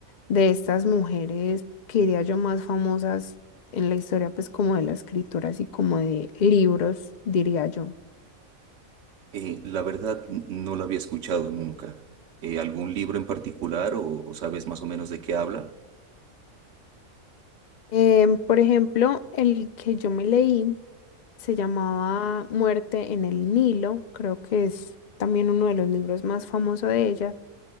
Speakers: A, on the left; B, on the right.
A: de estas mujeres, que diría yo, más famosas en la historia, pues como de la escritura, así como de libros, diría yo.
B: Eh, la verdad, n- no la había escuchado nunca. Eh, ¿algún libro en particular o o sabes más o menos de qué habla?
A: Em, por ejemplo, el que yo me leí se llamaba Muerte en el Nilo, creo que es también uno de los libros más famosos de ella.